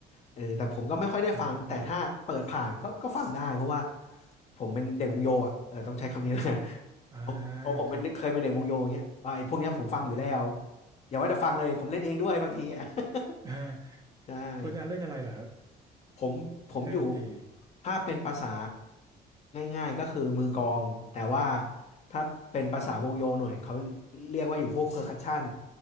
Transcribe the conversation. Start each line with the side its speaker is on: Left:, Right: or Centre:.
Left: เออแต่ผมก็ไม่ค่อยได้ฟังแต่ถ้าเปิดผ่านก็ก็ฟังได้เพราะว่า
Right: อืม
Left: ผมเป็นเด็กวงโยอ่ะเออต้องใช้คำนี้แล้วกัน
Right: อ่า
Left: เพราะเพราะผมเป็นเคยเป็นเด็กวงโยอย่างเงี้ยอ่ะไอ้พวกเนี้ยผมฟังอยู่แล้ว
Right: ครับ
Left: อย่าว่าแต่ฟังเลยผมเล่นเองด้วยบางทีอ่ะ
Right: อ่า
Left: <laughs> ได้
Right: คุณอาเล่นอะไรเหรอครับ
Left: ผมผมอยู่
Right: เครื่องดนตรี
Left: ถ้าเป็นภาษาง่ายๆก็คือมือกลองแต่ว่าถ้าเป็นภาษาวงโยหน่อยเขาเรียกว่าอยู่พวกเพอร์คัชชัน